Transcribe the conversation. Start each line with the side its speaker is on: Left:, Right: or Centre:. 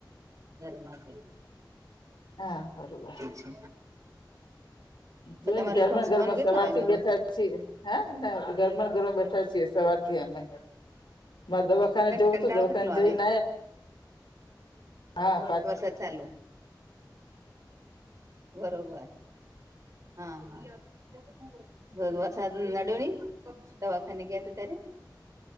Right: ઘરમાં છે.
Left: હા બરોબર
Right: છે
Left: જોઈને
Right: તમારા
Left: ઘરમાં
Right: લોકોને સુવાનું
Left: ઘરમાં
Right: કેટલા
Left: સવાર
Right: વાગે
Left: થી
Right: હોય
Left: બેઠા પછી હા ના ઘરમાં ઘરમાં બેઠા છીએ, સવારથી અમે દવાખાને જવું
Right: કંટાળો
Left: તું દવાખાને
Right: કેટલો આવે
Left: જઈને હા પ
Right: વરસાદ ચાલુ બરોબર હા હા વરસાદ નડ્યો નહીં દવાખાને ગયા હતા, ત્યારે